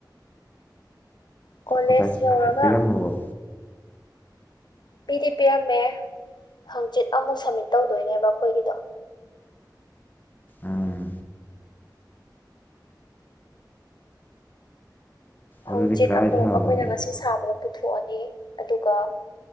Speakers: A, on the left (about 70°); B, on the left (about 25°).
A: ꯀꯣꯂꯦꯖ
B: ꯉꯁꯥꯏ
A: ꯌꯧꯔꯒ
B: ꯍꯥꯏꯕꯤꯔꯝꯃꯕꯣ
A: ꯄꯤꯗꯤ ꯄꯤꯔꯝꯃꯦ ꯍꯪꯆꯤꯠ ꯑꯃꯨꯛ ꯁꯝꯃꯤꯠ ꯇꯧꯗꯣꯏꯅꯦꯕ ꯑꯈꯣꯏꯒꯤꯗꯣ
B: ꯎꯝ
A: ꯍꯪꯆꯤꯠ
B: ꯑꯗꯨꯗꯤ ꯀꯗꯥꯏ
A: ꯑꯃꯨꯛ
B: ꯊꯝꯃꯒꯦ
A: ꯑꯩꯈꯣꯏꯅ ꯉꯁꯤ ꯁꯥꯕꯗꯣ ꯄꯨꯊꯣꯛꯑꯅꯤ ꯑꯗꯨꯒ